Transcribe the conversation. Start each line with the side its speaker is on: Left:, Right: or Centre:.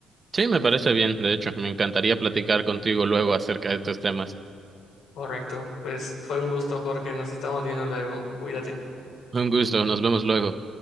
Right: Sí, me parece bien, de hecho, me encantaría platicar contigo luego acerca de estos temas.
Left: Correcto, pues fue un gusto, Jorge, nos estamos viendo luego, cuídate.
Right: Un gusto, nos vemos luego.